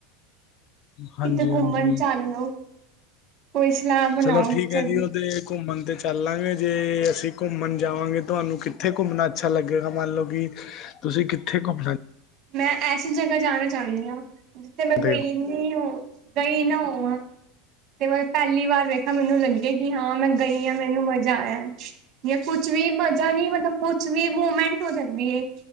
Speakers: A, on the left (about 30°); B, on the right (about 30°).
A: ਹਾਂਜੀ,
B: ਕਿਤੇ ਘੁੰਮਣ
A: ਹਾਂਜੀ।
B: ਚੱਲ ਲੋ ਕੋਈ ਸਲਾਹ ਬਣਾਓ
A: ਚਲੋ ਠੀਕ
B: ਚਲੋ
A: ਹੈ ਜੀ, ਉਹਦੇ ਘੁੰਮਣ ਤੇ ਚੱਲਾਂਗੇ ਜੇ ਅਸੀਂ ਘੁੰਮਣ ਜਾਵਾਂਗੇ, ਤੁਹਾਨੂੰ ਕਿੱਥੇ ਘੁੰਮਣਾ ਅੱਛਾ ਲੱਗੇਗਾ ਮੰਨ ਲਓ ਕਿ ਤੁਸੀਂ ਕਿੱਥੇ ਘੁੰਮਣਾ?
B: ਮੈਂ ਐਸੀ ਜਗ੍ਹਾ ਜਾਣਾ ਚਾਹੁੰਦੀ ਹਾਂ, ਜਿੱਥੇ
A: ਚਾਹੁੰਦੇ
B: ਮੈਂ ਗਈ
A: ਹੋ
B: ਨਹੀਂ ਹੋ ਗਈ ਨਾ ਹੋਵਾਂ। ਤੇ ਮੈਂਬ ਪਹਿਲੀ ਵਾਰ ਵੇਖਾ, ਮੈਨੂੰ ਲੱਗੇ ਕਿ ਹਾਂ ਮੈਂ ਗਈ ਆਾਂ ਮੈਨੂੰ ਮਜ ਜਾ ਆਇਆ, ਜਾਂ ਕੁਛ ਵੀ ਮਜ਼ਾ ਨੀ ਮਤਲਬ ਕੁਛ ਵੀ ਮੂਵਮੈਂਟ ਹੋ ਜਾਂਦੀ ਹੈ,